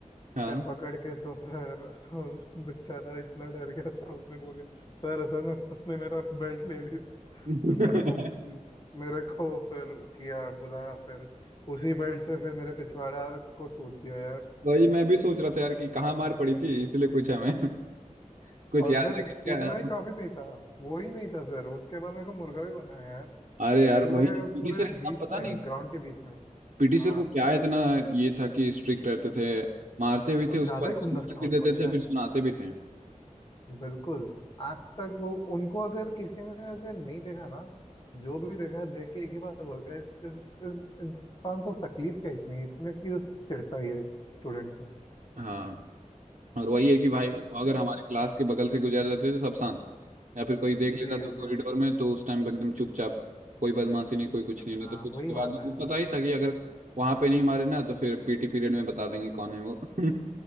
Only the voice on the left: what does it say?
फिर पकड़ के तो फिर उस बेचारा इतना डर गया था उसने बोल दिया सर असल में उसने मेरा बेल्ट ले लिया
फिर मेरे को मेरे को फिर किया बुलाया फिर उसी बेल्ट से फिर मेरे पिछवाड़ा को सूद दिया यार
और
फिर
उतना ही काफी नहीं था वो ही नहीं था सर उसके बाद मेरे को मुर्गा भी बनाया यार
पूरे
पूरे
बीच
में
ग्राउंड के बीच में
हाँ
कुछ
ज्यादा
ही
खुन्नस था
उनको
यार
बिल्कुल आज तक वो उनको अगर किसी ने अगर नहीं देखा ना जो भी देखा देख के एक ही बात बोल गया इस इस इस इंसान को तकलीफ क्या इतनी इतने क्यों चिढ़ता है ये स्टूडेंट से
वही
है
जी
जी
हाँ
वही बात
है यार